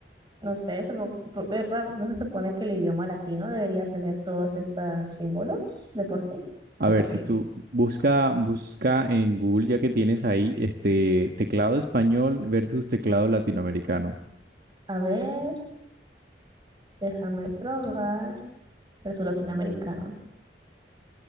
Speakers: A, on the right; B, on the right.
A: No sé, supo- por- eh, pa- ¿no se supone que el idioma latino debería tener todos estos símbolos de por sí?
B: A
A: ¿O
B: ver,
A: por
B: si
A: qué?
B: tú busca, busca en Google, ya que tienes ahí este teclado español versus teclado latinoamericano.
A: A ver, déjame probar. Pero es latinoamericano.